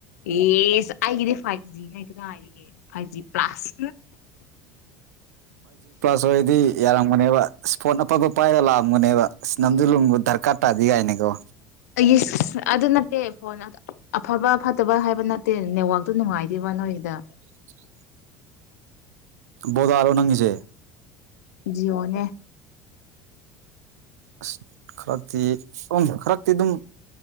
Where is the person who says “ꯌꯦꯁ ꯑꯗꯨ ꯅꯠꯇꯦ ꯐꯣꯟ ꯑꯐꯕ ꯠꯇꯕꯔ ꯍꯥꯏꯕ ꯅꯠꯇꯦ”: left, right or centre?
Left